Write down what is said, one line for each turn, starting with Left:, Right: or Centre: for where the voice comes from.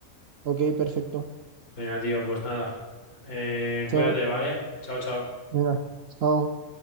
Right: ok, perfecto.
Left: Venga, tío, pues nada. Eh,
Right: Chao.
Left: cuídate, ¿vale? Chao, chao.
Right: Venga, chao.